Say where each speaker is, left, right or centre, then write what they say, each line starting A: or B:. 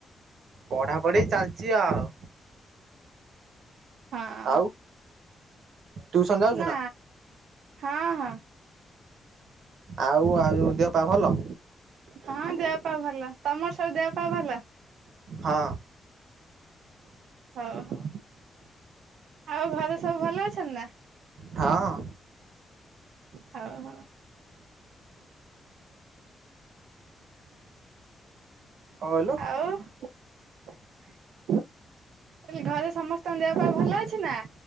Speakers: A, on the right (about 70°); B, on the right (about 85°).
A: ପଢା ପଢି ଚାଲିଛି ଆଉ।
B: ହଁ
A: ଆଉ। ଟିଉସନ ଯାଉଛୁ
B: ନା ହଁ ହଁ।
A: ଆଉ ଆଉ ଯଉ ଦେହ ପା ଭଲ।
B: ହଁ ଦେହପା ଭଲ ତମର ସବୁ ଦେହ ପା ଭଲ।
A: ହଁ।
B: ହଉ ହଉ ଆଉ ଘରେ ସବୁ ଭଲ ଅଛନ୍ତି ନା।
A: ହଁ।
B: ହଉ ହଉ।
A: କଣ କହିଲୁ।
B: ଆଉ ମୁଁ କହିଲି ଘରେ ସମସ୍ତଙ୍କ ଦେହ ପା ଭଲ ଅଛି ନା।